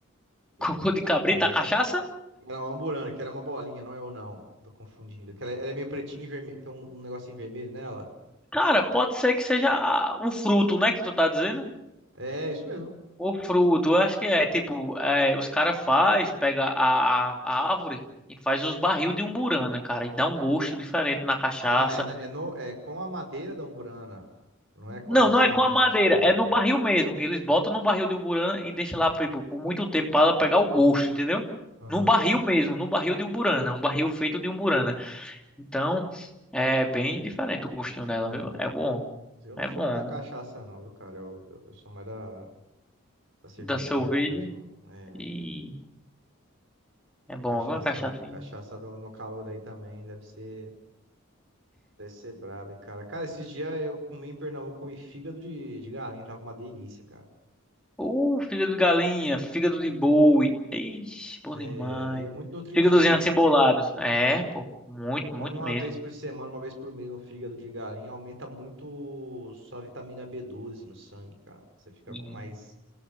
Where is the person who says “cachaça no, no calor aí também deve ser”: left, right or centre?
Right